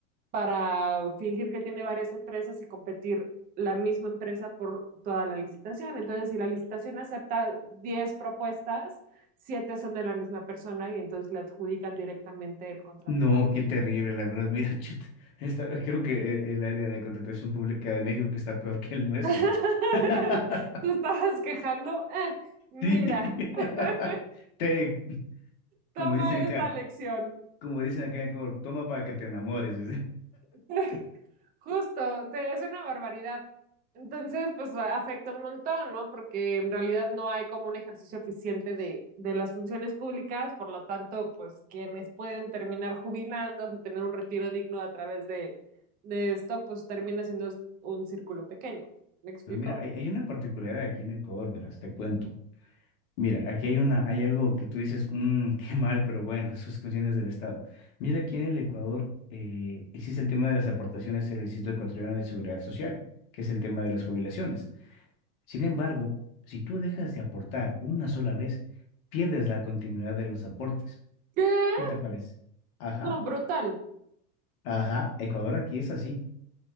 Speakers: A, on the right; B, on the left.
A: para fingir que tiene varias empresas y competir la misma empresa por toda la licitación. Entonces, si la licitación acepta 10 propuestas, 7 son de la misma persona y entonces le adjudican directamente el contrato
B: no,
A: a alguien.
B: qué terrible, la verdad. Mira, <laughs> chuta, esta- creo que e- el área de contratación pública de México que está peor que el nuestro.
A: <laughs>
B: <laughs>
A: Tú estabas quejando, eh, mira,
B: Sí.
A: <laughs>
B: <laughs> Te,
A: toma
B: como dicen acá,
A: esta lección.
B: como dicen acá en Ecuador, toma para que te enamores. <laughs> dice.
A: <laughs> Justo, o sea, es una barbaridad. Entonces, pues afecta un montón, ¿no? Porque en realidad no hay como un ejercicio eficiente de, de las funciones públicas, por lo tanto, pues quienes pueden terminar jubilándose, tener un retiro digno a través de, de esto, pues termina siendo un círculo pequeño. ¿Me explico?
B: Pero mira, hay, hay una particularidad aquí en Ecuador, verás, te cuento. Mira, aquí hay una, hay algo que tú dices, "Mm, qué mal, pero bueno, sus funciones del Estado. Mira, aquí en el Ecuador eh, existe el tema de las aportaciones al Instituto Ecuatoriano de Seguridad Social, que es el tema de las jubilaciones. Sin embargo, si tú dejas de aportar una sola vez, pierdes la continuidad de los aportes.
A: ¿Qué?
B: ¿Qué te parece? Ajá,
A: No, brutal.
B: ajá, Ecuador aquí es así.